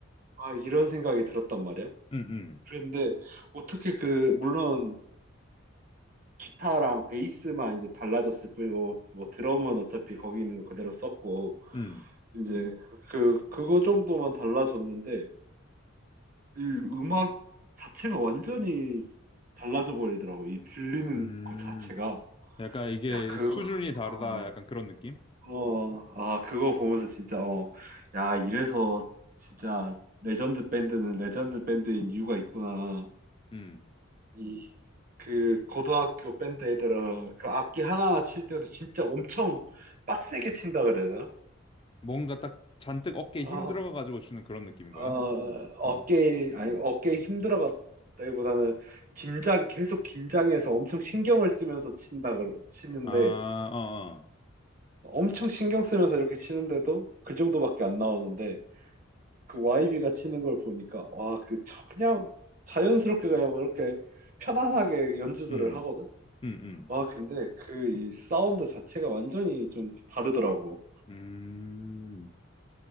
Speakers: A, on the right (about 40°); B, on the left (about 25°).
A: 아, 이런 생각이 들었단 말이야.
B: 음. 음.
A: 그런데 어떻게 그 물론 기타랑 베이스만 이제 달라졌을 뿐이고 뭐 뭐 드럼은 어차피 거기 있는 거 그대로 썼고
B: 음.
A: 이제 그 그거 정도만 달라졌는데 이 음악 자체가 완전히 달라져 버리더라고 이 들리는
B: 음.
A: 것 자체가
B: 약간 이게
A: 야 그거
B: 수준이 다르다.
A: 어,
B: 약간 그런 느낌?
A: 어, 아 그거 보면서 진짜 어, 야 이래서 진짜 레전드 밴드는 레전드 밴드인 이유가 있구나
B: 음.
A: 이 그 고등학교 밴드 애들은 그 악기 하나하나 칠 때도 진짜 엄청 빡세게 친다 그래야 되나?
B: 뭔가 딱 잔뜩 어깨에 힘
A: 어,
B: 들어가가지고 주는 그런 느낌인 거야?
A: 어, 어깨
B: 어.
A: 아니 어깨에 힘들어갔다기보다는 긴장 계속 긴장해서 엄청 신경을 쓰면서 친다 그러, 치는데
B: 아, 어, 어.
A: 엄청 신경 쓰면서 이렇게 치는데도 그 정도밖에 안 나오는데 그 YB가 치는 걸 보니까 와 그 저- 그냥 자연스럽게 그냥 이렇게 편안하게 연주들을
B: 음.
A: 하거든.
B: 음. 음.
A: 와, 근데 그 이 사운드 자체가 완전히 좀 다르더라고.
B: 음,